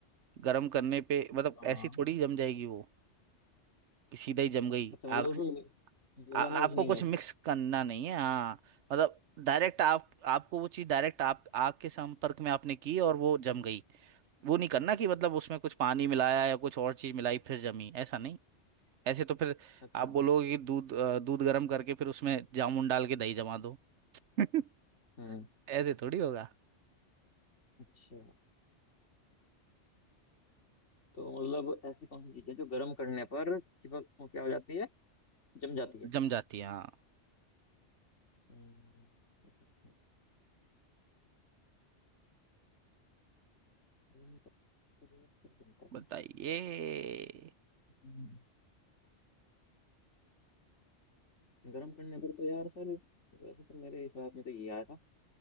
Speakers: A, on the right; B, on the left.
A: गर्म करने पे मतलब
B: हाँ
A: ऐसी थोड़ी जम जाएगी वो कि सीधा ही जम गई
B: अच्छा मतलब
A: आग
B: उसमें मि- मिलाना
A: आ, आपको
B: कुछ नहीं
A: कुछ
B: है उसमें
A: मिक्स करना नहीं है हाँ मतलब डायरेक्ट आप आपको वो चीज़ डायरेक्ट आप आग के संपर्क में आपने की और वो जम गई वो नहीं करना कि मतलब उसमें कुछ पानी मिलाया या कुछ और चीज मिलाई फिर जमी ऐसा नहीं ऐसे तो फिर
B: अच्छा
A: आप बोलोगे कि दूध अ, दूध गर्म करके फिर उसमें जामुन डाल के दही जमा दो <laughs>
B: हम्म
A: ऐसे थोड़ी होगा
B: अच्छा तो मतलब ऐसी कौन सी चीज है जो गर्म करने पर चिपक वो क्या हो जाती है जम जाती है
A: जम जाती है हाँ
B: हम्म, <laughs> गर्म पर यार क्या जमता
A: बताइए
B: है हम्म, गर्म करने पर तो यार सर वैसे तो मेरे इस बात में तो ये आया था